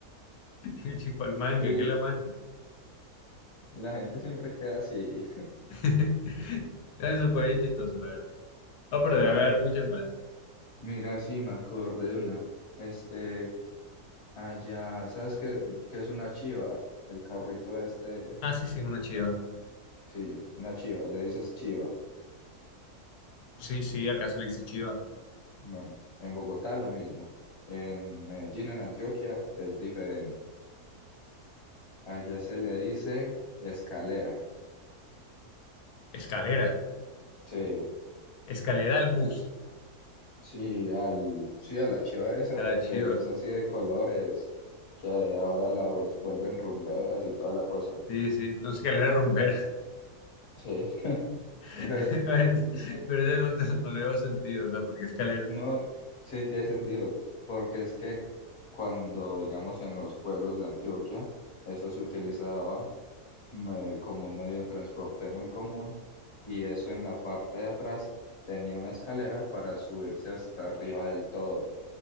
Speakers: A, on the left; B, on the left.
A: Y el chico al manga,
B: sí,
A: ¿qué es la manga?
B: la gente siempre queda así.
A: <laughs> Eso fue bien chistoso, la verdad. Ah, pero debe
B: Oh,
A: haber
B: mm,
A: muchas más.
B: mira, sí, me acordé de una. Este, Allá, ¿sabes qué, qué es una chiva? El carrito este,
A: Ah, sí, sí, una chiva.
B: ¿eh? Sí, una chiva, le dices chiva.
A: Sí, sí, acá se le dice chiva.
B: Bueno, en Bogotá lo mismo. En Medellín, en Antioquia, es diferente. Allá se le dice escalera.
A: Escalera.
B: Sí,
A: Escalera al bus.
B: sí, al, sí, a la chiva esa
A: A la
B: que
A: chiva.
B: es así de colores, que ahora la vuelven rumberas y toda la cosa.
A: Sí, sí. No, escalera rumbera.
B: Sí, <laughs>
A: <laughs>
B: pero
A: A ver,
B: es que
A: Pero ese no, <laughs> no- no le veo sentido, o sea, porque escalera.
B: No, sí tiene sentido, porque es que cuando, digamos, en los pueblos de Antioquia, eso se utilizaba eh, como un medio de transporte muy común y eso en la parte de atrás tenía una escalera para subirse hasta arriba del todo.